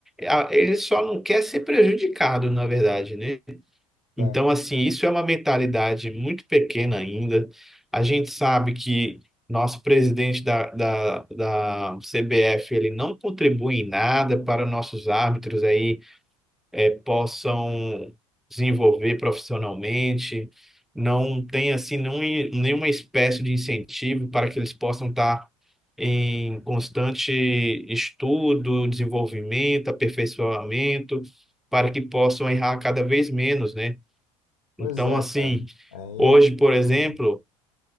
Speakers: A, in the centre; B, on the left (about 70°).
A: A- Ele só não quer ser prejudicado, na verdade, né? Então,
B: É.
A: assim, isso é uma mentalidade muito pequena ainda. A gente sabe que nosso presidente da, da, da CBF, ele não contribui em nada para nossos árbitros aí eh, possam desenvolver profissionalmente, não tem assim não, nenhuma espécie de incentivo para que eles possam estar em constante estudo, desenvolvimento, aperfeiçoamento, para que possam errar cada vez menos, né?
B: Pois
A: Então,
B: é,
A: assim,
B: cara. Aí
A: hoje,
B: é
A: por
B: problema.
A: exemplo,